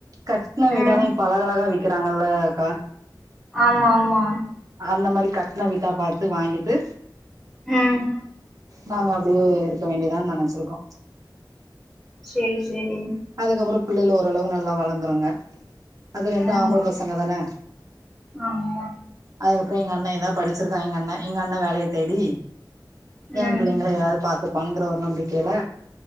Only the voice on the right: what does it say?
கட்ன வீட
தா இப்ப அழகழகா விக் கிறாங்களக்கா
அந்த மாரி கட்ன வீடா பாத்து வாங்கிட்டு
நாங்க அப்டியே இருக்க வேண்டியதான் நெனச்சிருக்கோ
அதுக்கப்றோ பிள்ளைல ஓரளவு நல்லா வளர்ந்துருங்க அது ரெண்டும்
ஆம்பள பசங்க தான
அதுக்கப்றோ எங்க அண்ணே எதா படிச்சிருக்கா எங்க அண்ணே எங்க அண்ணே வேலைய தேடி ஏ
பிள்ளைங்கள யாராது பாத்துப்பாங்குற ஒரு நம்பிக்கையில